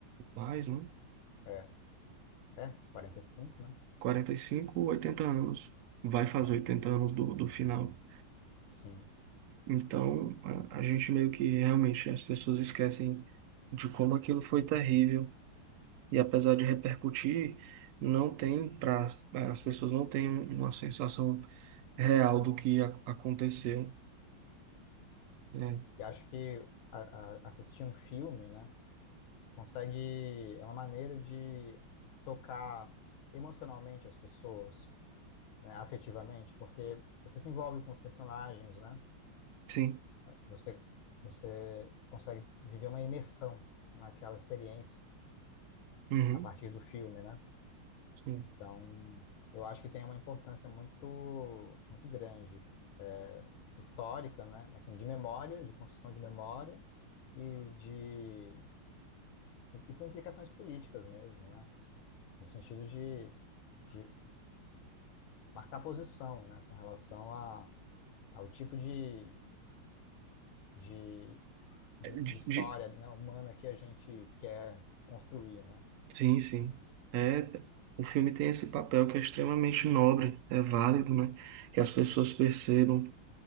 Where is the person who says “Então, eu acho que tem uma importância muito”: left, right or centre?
Left